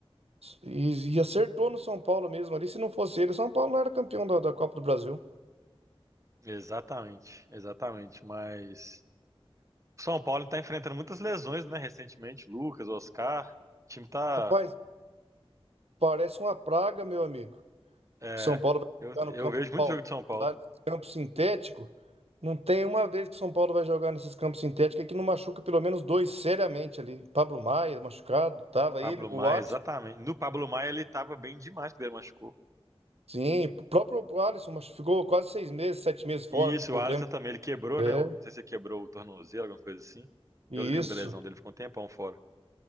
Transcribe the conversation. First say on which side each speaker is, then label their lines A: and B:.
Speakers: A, on the right (about 80°); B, on the right (about 30°).
A: e, e acertou no São Paulo mesmo ali. Se não fosse ele, o São Paulo não era campeão da, da Copa do Brasil.
B: Exatamente, exatamente, mas o São Paulo tá enfrentando muitas lesões, né, recentemente, Lucas, Oscar, o time tá
A: Rapaz, parece uma praga, meu amigo.
B: É,
A: São Paulo vai
B: eu,
A: jogar
B: eu
A: no campo
B: vejo
A: do
B: muito
A: Palmeiras,
B: jogo de São Paulo.
A: lá nesse campo sintético. Não tem uma vez que o São Paulo vai jogar nesses campos sintéticos é que não machuca pelo menos dois seriamente ali. Pablo Maia machucado, tava
B: Pablo
A: ele, o
B: Maia,
A: Alisson.
B: exatamente. No Pablo Maia ele tava bem demais quando ele machucou.
A: Sim, o próprio Alisson mas ficou quase seis meses, sete meses fora
B: E
A: com
B: isso,
A: problema.
B: o Alisson também, ele quebrou,
A: É,
B: né? Não sei se ele quebrou o tornozelo, alguma coisa assim.
A: isso.
B: Eu lembro da lesão dele, ficou um tempão fora.